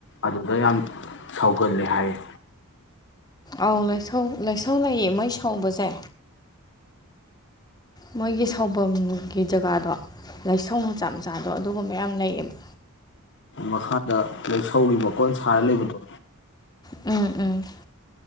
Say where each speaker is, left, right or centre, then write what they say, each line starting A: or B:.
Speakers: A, on the left; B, on the left.
A: ꯑꯗꯨꯗ ꯌꯥꯝ ꯁꯧꯒꯜꯂꯦ ꯍꯥꯏꯌꯦ
B: ꯑꯥꯎ ꯂꯥꯏꯁꯥꯎ ꯂꯥꯏꯁꯥꯎ ꯂꯩꯌꯦ ꯃꯩ ꯁꯥꯎꯕꯁꯦ ꯃꯣꯏꯒꯤ ꯁꯥꯎꯐꯝꯝꯒꯤ ꯖꯒꯥꯗꯣ ꯂꯥꯏꯁꯪ ꯃꯆꯥ ꯃꯆꯥꯗꯣ ꯑꯗꯨꯒꯨꯝꯕꯌꯥꯝ ꯂꯩꯌꯦꯕ
A: ꯃꯈꯥꯗ ꯂꯩꯁꯧꯔꯤ ꯃꯀꯣꯟ ꯁꯥꯔ ꯂꯩꯕꯗꯣ
B: ꯎꯝ ꯎꯝ